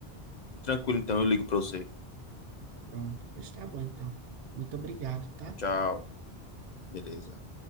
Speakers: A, on the left; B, on the right.
A: tranquilo então, eu ligo para você.
B: Pronto, pois tá bom então. Muito obrigado, tá?
A: Tchau, tchau. Beleza.